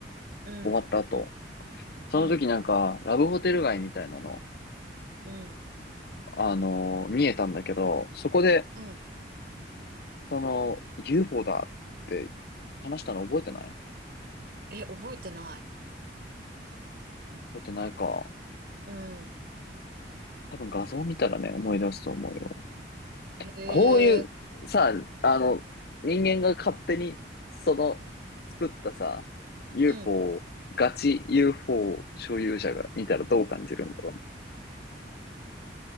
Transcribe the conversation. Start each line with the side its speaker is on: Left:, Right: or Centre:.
Right: うん、
Left: 終わった後。
Right: うん、
Left: その時なんか、ラブホテル街みたいなの、
Right: うん、
Left: あのー見えたんだけど、そこで、
Right: うん。
Left: その、UFO だって話したの覚えてない
Right: え、覚えてない。
Left: 覚えてないか。
Right: うん。
Left: 多分画像見たらね、思い出すと思うよ。
Right: へえ、
Left: こういうさ、あの、人間が勝手にその作ったさ、UFO
Right: うん。
Left: を、ガチ UFO 所有者が見たらどう感じるんだろうね。